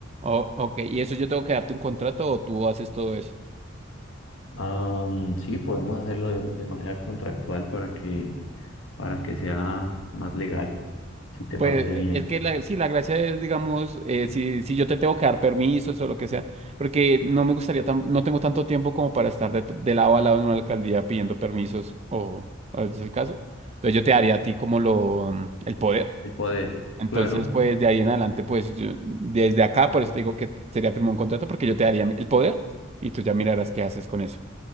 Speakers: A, on the right; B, on the left.
A: Oh, ok, ¿y eso yo tengo que darte un contrato o tú haces todo eso?
B: Am, sí, podemos hacerlo de, de manera contractual para que, para que sea más legal, si te
A: Pues
B: parece
A: eh,
B: bien.
A: es que la, sí, la gracia es, digamos, eh, si, si yo te tengo que dar permisos o lo que sea, porque no me gustaría, tan- no tengo tanto tiempo como para estar de, de lado a lado en una alcaldía pidiendo permisos o, o es el caso. Entonces yo te daría a ti como lo, mm, el poder.
B: El poder.
A: Entonces,
B: Claro,
A: pues de ahí en adelante, pues yo- desde acá, por eso te digo que sería firmar un contrato porque yo te daría el poder y tú ya mirarás qué haces con eso.